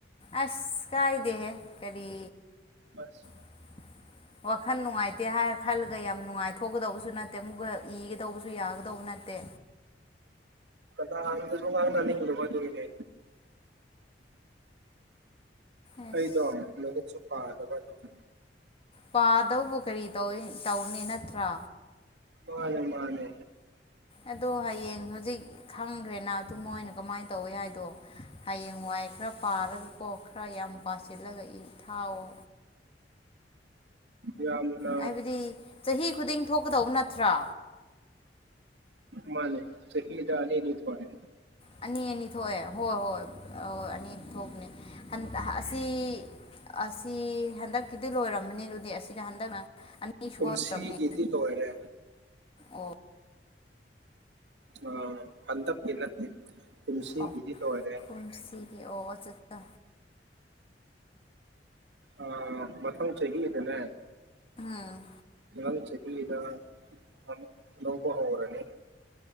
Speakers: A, on the left; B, on the right.
A: ꯑꯁ ꯀꯥꯏꯗꯦꯍꯦ ꯀꯔꯤ
B: ꯑꯁ
A: <inaudible> ꯋꯥꯈꯜ ꯅꯨꯡꯉꯥꯏꯇꯦ ꯍꯥꯏꯔ ꯈꯜꯂꯒ ꯌꯥꯝ ꯅꯨꯡꯉꯥꯏꯊꯣꯛꯀꯗꯕꯁꯨ ꯅꯠꯇꯦ ꯃꯨꯛꯒ ꯏꯒꯗꯧꯕꯁꯨ ꯌꯥꯒꯗꯧꯕ ꯅꯠꯇꯦ
B: ꯂꯥꯠꯒꯥꯁꯨ ꯉꯥꯡꯅꯅꯤꯡꯗꯕ ꯑꯗꯨꯅꯅꯦ
A: ꯑꯁ
B: ꯑꯩꯗꯣ ꯂꯥꯏꯔꯤꯛꯁꯨ ꯄꯥꯗꯕ ꯑꯗꯨꯒꯤ
A: ꯄꯥꯗꯧꯕ ꯀꯔꯤ ꯇꯧ ꯇꯧꯅꯤ ꯅꯠꯇ꯭ꯔꯥ
B: ꯃꯥꯅꯦ ꯃꯥꯅꯦ
A: ꯑꯗꯣ ꯍꯌꯦꯡ ꯍꯧꯖꯤꯛ ꯈꯪꯈ꯭ꯔꯦꯅ ꯑꯗꯨ ꯃꯣꯏꯅ ꯀꯃꯥꯏꯅ ꯇꯧꯏꯤ ꯍꯥꯏꯗꯣ ꯍꯌꯦꯡ ꯋꯥꯏ ꯈꯔ ꯄꯥꯔꯒꯀꯣ ꯈꯔ ꯌꯥꯝ ꯄꯥꯁꯤꯜꯂꯒ ꯊꯥꯎꯋꯣ
B: ꯌꯥꯝꯗ
A: ꯍꯥꯏꯕꯗꯤ ꯆꯍꯤ ꯈꯨꯗꯤꯡ ꯊꯣꯛꯀꯗꯧꯕ ꯅꯠꯇ꯭ꯔꯥ
B: ꯃꯥꯅꯦ ꯆꯍꯤꯗ ꯑꯅꯤꯅꯤ ꯊꯣꯛꯑꯦ
A: ꯑꯅꯤ ꯑꯅꯤ ꯊꯣꯛꯑꯦ ꯍꯣꯏ ꯍꯣꯏ ꯍꯣꯏ ꯑꯅꯤ ꯊꯣꯛꯄꯅꯦ ꯁꯤ ꯑꯁꯤ ꯍꯟꯗꯛꯀꯤꯗꯤ ꯂꯣꯏꯔꯝꯃꯅꯤ ꯑꯗꯨꯗꯤ ꯑꯁꯤꯗ ꯍꯟꯗꯛꯅ ꯑꯅꯤꯁꯨꯕ
B: ꯀꯨꯝꯁꯤꯒꯤꯗꯤ
A: ꯑꯣꯏꯔꯝꯅꯤ
B: ꯂꯣꯏꯔꯦ
A: ꯑꯣ
B: ꯑꯥ ꯍꯟꯗꯛꯀꯤ ꯅꯠꯇꯦ ꯀꯨꯝꯁꯤꯒꯤꯗꯤ
A: ꯑꯣ
B: ꯂꯣꯏꯔꯦ
A: ꯀꯨꯝꯁꯤꯒꯤ ꯑꯣ ꯑꯆꯆꯥ
B: ꯑ ꯃꯊꯪ ꯆꯍꯤꯗꯅꯦ
A: ꯑꯝ
B: ꯃꯊꯪ ꯆꯍꯤꯗ ꯑꯃꯨꯛ ꯂꯧꯕ ꯍꯧꯔꯅꯤ